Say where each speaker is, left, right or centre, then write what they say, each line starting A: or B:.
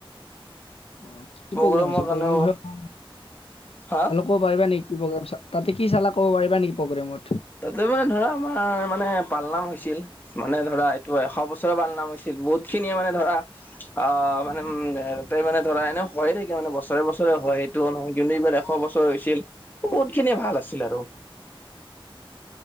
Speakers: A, on the left; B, on the left.
A: অ', কি
B: প্ৰগ্ৰেমৰ
A: প্ৰগ্ৰেম আছিল
B: কাৰণেও
A: প্ৰগ্ৰেৰ বিষয়ে
B: হা
A: অলপ ক'ব পাৰিবা নেক কি প্ৰগেম তাতে কি চালা ক'ব পাৰিবা নেকি প্ৰগ্ৰেমত।
B: তাতে মানে ধৰা আমাৰ মানে পালনাম হৈছিল। মানে ধৰা এইটো এশ বছৰৰ পাল নাম হৈছিল বহুত খিনিয়ে মানে ধৰা অ', মানেতে মানে ধৰা এনে হয়য়ে থাকে মানে বছৰে, বছৰে হয়। নহয় কিন্তু এইবাৰ এশ বছৰ হৈছিল বহুত খিনিয়ে ভাল আছিল আৰু।